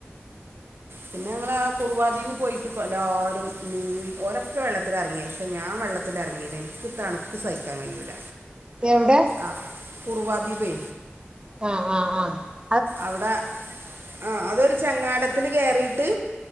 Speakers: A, on the right (about 60°); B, on the right (about 25°).
A: പിന്നെ ഞങ്ങളാ കുറുവാദ്വീപ് പോയിട്ട്ല്ലാരും നീൻ ഓരൊക്കെ വെള്ളത്തിൽ ഇറങ്ങി പക്ഷെ ഞാൻ വെള്ളത്തിലറങ്ങില്ല എനിക്ക് തണുപ്പ് സഹിക്കാൻ കഴിയൂല
B: എവിടെ
A: ആ കുറുവാ ദ്വീപേ
B: ആ ആഹ് ആ
A: അവിടെ ആ അതൊരു ചങ്ങാടത്തി കേയറിയിട്ട്